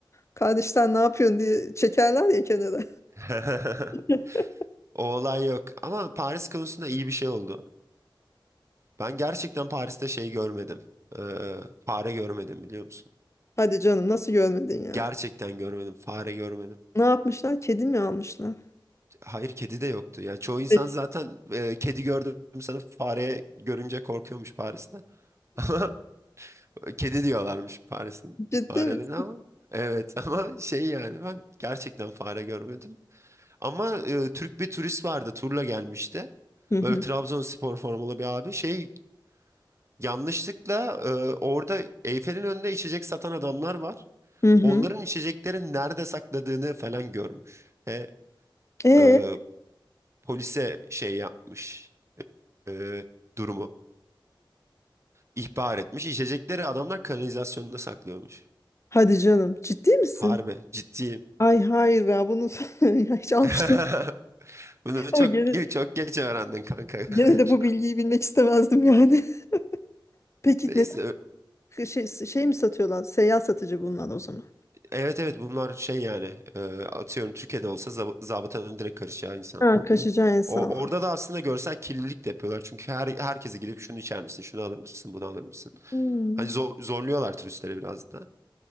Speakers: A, on the left; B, on the right.
A: kardeş sen ne yapıyorsun diye çekerler ya kenara.
B: <laughs>
A: <laughs>
B: O olay yok. Ama Paris konusunda iyi bir şey oldu. Ben gerçekten Paris'te şey görmedim. Ee, fare görmedim biliyor musun?
A: Hadi canım nasıl görmedin ya?
B: Gerçekten görmedim. Fare görmedim.
A: Ne yapmışlar? Kedi mi almışlar?
B: Hayır kedi de yoktu. Ya çoğu insan
A: Peki.
B: zaten e, kedi gördüm sana fare görünce korkuyormuş Paris'te. <laughs> Ama kedi diyorlarmış Paris'in
A: Ciddi
B: farelerine
A: misin?
B: ama. Evet <laughs> ama şey yani ben gerçekten fare görmedim. Ama e, Türk bir turist vardı turla gelmişti.
A: Hı hı.
B: Böyle Trabzonspor formalı bir abi şey Yanlışlıkla e, orada Eyfel'in önünde içecek satan adamlar var.
A: Hı hı.
B: Onların içeceklerin nerede sakladığını falan görmüş. Ve
A: Ee,
B: e, polise şey yapmış e, durumu ihbar etmiş. İçecekleri adamlar kanalizasyonda saklıyormuş.
A: hadi canım. Ciddi misin?
B: Harbi ciddiyim.
A: Ay hayır ya bunu <laughs> ya hiç almıştım.
B: <laughs> Bunu
A: Ama
B: çok
A: gene,
B: çok geç öğrendin kanka galiba.
A: gene de bu bilgiyi bilmek istemezdim yani. <laughs> Peki
B: Neyse
A: neden şey, şey mi satıyorlar? Seyyar satıcı bunlar o zaman.
B: Evet evet bunlar şey yani e, atıyorum Türkiye'de olsa zab zabıtanın direkt karışacağı insanlar.
A: Ha, kaçacağı insan.
B: O, orada da aslında görsel kirlilik de yapıyorlar. Çünkü her, herkese gidip şunu içer misin, şunu alır mısın, bunu alır mısın?
A: Hmm.
B: Hani zor, zorluyorlar turistleri biraz da.